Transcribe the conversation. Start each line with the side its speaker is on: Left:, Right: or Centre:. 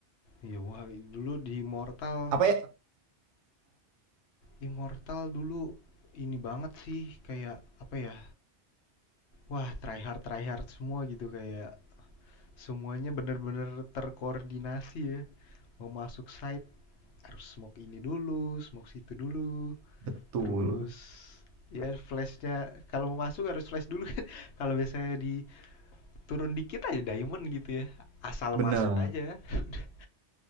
Left: Iya, wah dulu di Immortal,
Right: Apa ya?
Left: Immortal dulu ini banget sih kayak apa ya? Wah, try hard try hard semua gitu kayak semuanya bener-bener terkoordinasi ya mau masuk site harus smoke ini dulu, smoke situ dulu,
Right: Betul.
Left: terus ya flashnya kalau mau masuk harus flash dulu kan. <laughs> Kalau biasanya di turun dikit aja diamond gitu ya, asal
Right: Bener.
Left: masuk aja. <laughs> Udah.